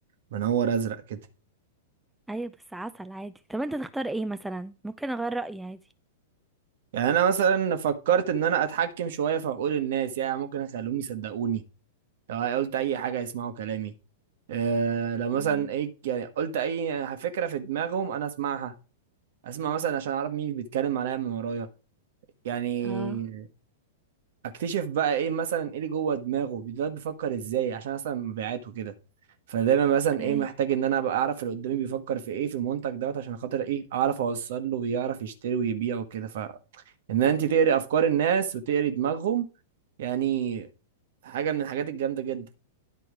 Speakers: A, on the right (about 55°); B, in the centre.
A: منور ازرق كده
B: ايوه بس عسل عادي طب انت تختار ايه مثلا ممكن اغير رأيي عادي
A: يعني انا مثلا فكرت ان انا اتحكم شويه في عقول الناس يعني ممكن اخليهم يصدقوني لو قلت اي حاجه يسمعوا كلامي آه لو مثلا
B: مم.
A: ايه يعني قلت اي فكره في دماغهم انا اسمعها اسمع مثلا عشان اعرف مين بيتكلم عليا من ورايا يعني
B: اه
A: اكتشف بقى ايه مثلا ايه اللي جوه دماغه ده بيفكر ازاي عشان مثلا مبيعاته كده فدايما مثلا
B: اوكي
A: ايه محتاج ان انا ابقى اعرف اللي قدامي بيفكر في ايه في المنتج دوت عشان خاطر ايه اعرف اوصل له ويعرف يشتري ويبيع وكده فان انت تقري افكار الناس وتقري دماغهم يعني حاجه من الحاجات الجامده جدا